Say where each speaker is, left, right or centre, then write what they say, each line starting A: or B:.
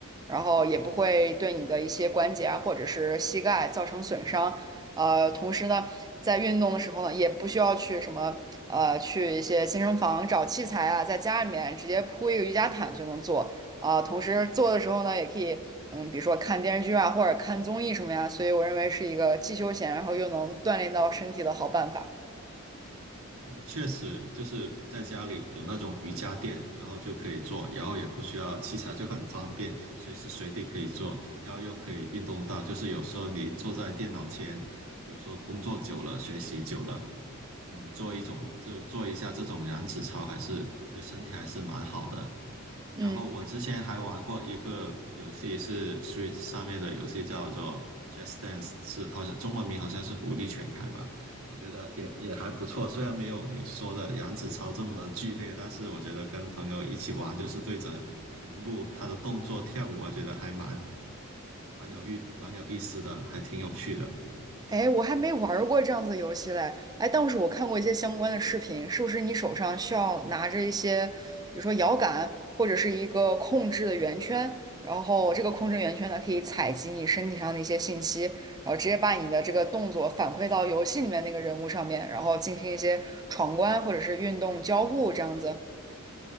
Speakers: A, on the right; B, on the right.
A: 然后也不会对你的一些关节啊或者是膝盖造成损伤。呃，同时呢，在运动的时候呢，也不需要去什么呃去一些健身房找器材啊，在家里面直接铺一个瑜伽毯就能做。啊、同时做的时候呢，也可以，嗯，比如说看电视剧啊，或者看综艺什么呀，所以我认为是一个既休闲，然后又能锻炼到身体的好办法。
B: 哦，确实就是在家里有那种瑜伽垫，然后就可以做，然后也不需要器材，就很方便，随时随地可以做，然后又可以运动到。就是有时候你坐在电脑前，比如说工作久了、学习久了，嗯，做一种就做一下这种燃脂操，还是对身体还是蛮好的。
A: 嗯。
B: 然后我之前还玩过一个游戏，是 Switch 上面的游戏，叫做 Just Dance，是好像中文名好像是舞力全开吧。我觉得也也还不错，虽然没有你说的杨子超这么剧烈，但是我觉得跟朋友一起玩，就是对着屏幕他的动作跳舞，我觉得还蛮蛮有意蛮有意思的，还挺有趣的。
A: 哎，我还没玩儿过这样子的游戏嘞。哎，但是我看过一些相关的视频，是不是你手上需要拿着一些，比如说摇杆或者是一个控制的圆圈，然后这个控制圆圈呢可以采集你身体上的一些信息，然后直接把你的这个动作反馈到游戏里面那个人物上面，然后进行一些闯关或者是运动交互这样子。